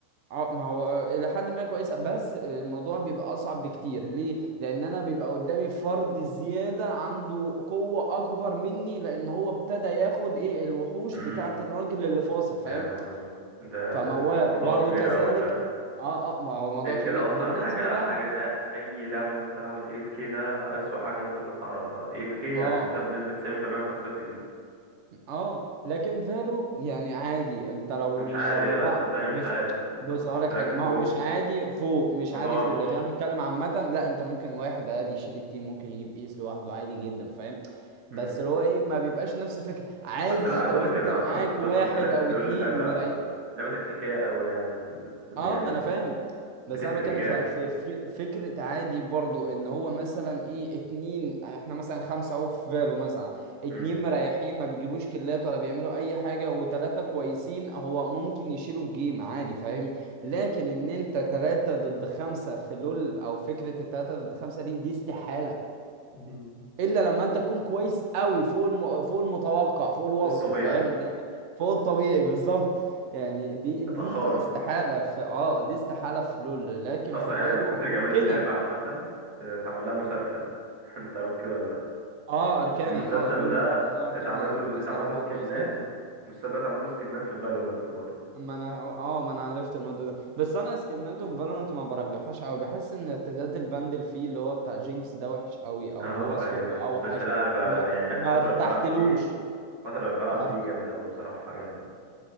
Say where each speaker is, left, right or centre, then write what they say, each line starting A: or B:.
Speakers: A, on the right (about 55°); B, on the right (about 75°).
A: ما هو آه، الى حد ما كويسه بس الموضوع بيبقى اصعب بكتير ليه لان انا بيبقى قدامي فرد زياده عنده قوه اكبر مني لان هو ابتدى ياخد ايه الوحوش
B: امم
A: بتاعه الراجل اللي فاصل فاهم
B: يا لهوي ده
A: فموال
B: ده موضوع
A: برضو
B: كبير
A: كذلك
B: اوي فعلا
A: اه اه ما هو موضوع
B: اف
A: كبير
B: كده اصلا
A: بالنسبه
B: حاجه
A: بقى
B: حاجه سيئه في اي لعبه ممكن تلعبها الاف كي ده اسوأ حاجه ممكن تتعرض لها اف كي
A: اه
B: يعني انت بنسبه 90% انت خسرت الجيم
A: اه لكن فالو يعني عادي انت لو
B: ده مش
A: الاربعه
B: عادي لا صدقني
A: بص
B: مش عادي انت بتطلع
A: بص اقول
B: في
A: لك
B: الرانك
A: حاجه ما
B: فوق
A: هو مش عادي فوق مش
B: الموضوع
A: عادي فوق
B: مش
A: لكن انا بتكلم عامه لا انت ممكن واحد عادي يشيل التيم ممكن يجيب ايس لوحده عادي جدا فاهم بس
B: امم.
A: اللي هو ايه ما بيبقاش نفس الفكره عادي
B: بس لا عايز
A: لو
B: اقول لك
A: انت
B: إن انا اصلا
A: معاك
B: لما كنت
A: واحد
B: بسمع ان لعبه
A: او
B: لول
A: اتنين
B: لعبه
A: مري
B: لعبه تكتيكيه قوي يعني بت...
A: اه
B: يعني
A: ما انا فاهم بس
B: بتفرق
A: انا بتكلم
B: جامد
A: في في في- فكره عادي برضو ان هو مثلا ايه اتنين احنا مثلا خمسه اهو في فالو مثلا اتنين
B: مم.
A: مريحين ما بيجيبوش كلات ولا بيعملوا اي حاجه وتلاته كويسين هو ممكن يشيلوا الجيم عادي فاهم لكن ان انت تلاته ضد خمسه في لول او فكره التلاته ضد خمسه دي دي استحاله
B: مهم.
A: الا لما انت تكون كويس قوي فوق الم... فوق المتوقع فوق الوصف
B: والطبيعي
A: فاهم لكن فوق الطبيعي بالظبط يعني دي
B: تبقى
A: دي
B: خارق
A: استحالة في اه دي استحالة في لول لكن
B: اصلا
A: في
B: يعني
A: فالو
B: من كتر
A: ممكنة
B: جمال اللعبه عامه آه، اتعمل لها مسلسل <laughs> انت عارف كده ولا لا
A: اه اركاني
B: والمسلسل
A: اه لول
B: ده
A: تعملها اركاني
B: اتعمل له اتعمل
A: بصراحة
B: له سكنات
A: هو كويس جدا
B: المسلسل ده اتعمل له سكنات في فالورانت برضه
A: اما انا اه ما انا عرفت الموضوع ده بس انا سكناته في فالورانت ما برجحهاش قوي بحس ان ارتداد الفاندل فيه اللي هو بتاع جينكس ده وحش قوي
B: <laughs>
A: او
B: اه
A: هو صوته
B: ايوه ايوه
A: اوحش
B: بس لا انا بقى
A: ما,
B: يعني
A: ما
B: اخر فتره
A: ارتحتلوش
B: بقيت بلعب بيه فتره بقيت بلعب
A: ما ارت...
B: بيه جامد قوي بصراحه عجبني